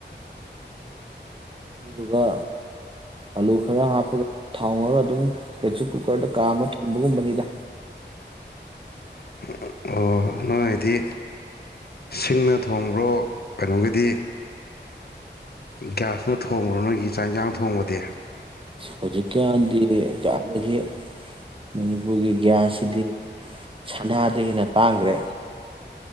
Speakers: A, on the right; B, on the left.
A: ꯑꯗꯨꯗꯨꯒ ꯑꯂꯨ ꯈꯔ ꯍꯥꯞꯄꯒ ꯊꯥꯎ ꯉꯧꯔ ꯑꯗꯨꯝ ꯄ꯭ꯔꯦꯁꯔ ꯀꯨꯀꯔꯗ ꯀꯥꯝꯃ ꯊꯣꯡꯕꯒꯨꯝꯕꯅꯤꯗ
B: <inaudible> ꯑꯣ ꯅꯣꯉꯥꯏꯗꯤ ꯁꯤꯡꯅ ꯊꯣꯡꯕ꯭ꯔꯣ ꯀꯩꯅꯣꯒꯤꯗꯤ ꯒ꯭ꯌꯥꯁꯅ ꯊꯣꯡꯕ꯭ꯔꯣ ꯅꯣꯏꯒꯤ ꯆꯥꯛ ꯏꯟꯁꯥꯡ ꯊꯣꯡꯕꯗꯤ
A: ꯍꯧꯖꯤꯛ ꯉꯥꯟꯗꯤꯌꯦ ꯀꯔꯥꯏꯗꯒꯤ ꯃꯅꯤꯄꯨꯔꯒꯤ ꯒ꯭ꯌꯥꯁꯁꯤꯗꯤ ꯁꯅꯥꯗꯒꯤ ꯍꯦꯟꯅ ꯇꯥꯡꯒ꯭ꯔꯦ